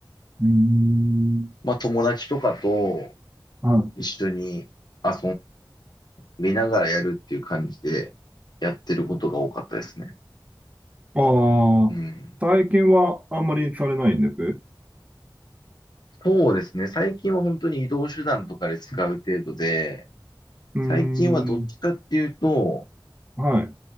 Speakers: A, on the right; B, on the left.
A: うーん、
B: まあ友達とかと
A: はい。
B: 一緒に遊びながらやるっていう感じでやってることが多かったですね。
A: あ
B: うん。
A: あ、最近はあんまりされないんです。
B: そうですね。最近は本当に移動手段とかで使う程度で、
A: うーん、
B: 最近はどっちかっていうと、
A: はい。あ